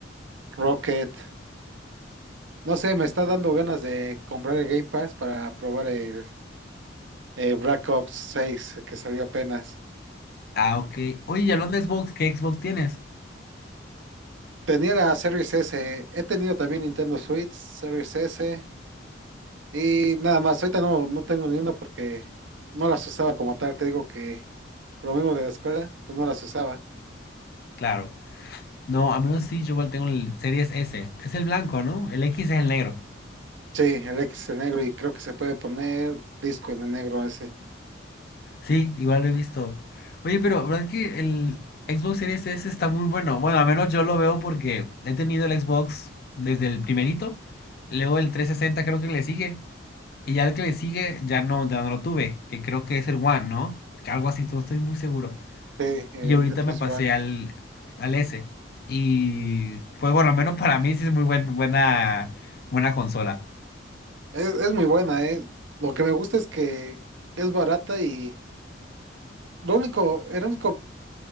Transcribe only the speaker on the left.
Ah, ok. Oye, y hablando de Xbox, ¿qué Xbox tienes?
Claro. No, a menos sí, yo igual tengo el Series S. Es el blanco, ¿no? El X es el negro.
Sí, igual lo he visto. Oye, pero ¿verdad que el Xbox Series S está muy bueno? Bueno, al menos yo lo veo porque he tenido el Xbox desde el primerito, luego el 360 creo que le sigue, y ya el que le sigue ya no, ya no lo tuve, que creo que es el One, ¿no? Que Algo así, no estoy muy seguro.
Y ahorita
me pasé
al, al S. Y pues bueno, al menos para mí sí es muy buen- buena, buena consola.